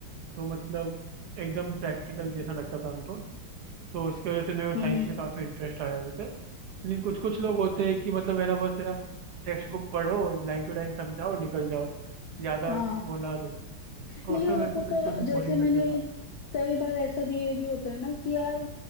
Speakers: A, on the right (about 65°); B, on the left (about 80°).
A: तो मतलब एकदम प्रैक्टिकल जैसा लगता था हमको तो इसकी वजह से मेरे
B: हम्म
A: साइंस
B: हम्म
A: में काफ़ी इंटरेस्ट आया वैसे लेकिन कुछ कुछ लोग होते हैं कि मतलब है ना बस है ना टेक्स्ट बुक पढ़ो लाइन टू लाइन समझाओ और निकल जाओ ज्यादा
B: हाँ
A: वो ना दो तो
B: नहीं
A: उसमें
B: और
A: मेरे को
B: पता
A: बिल्कुल भी
B: जैसे
A: बोरिंग
B: मैंने
A: लगता था
B: कई बार ऐसा भी ये भी होता है ना कि यार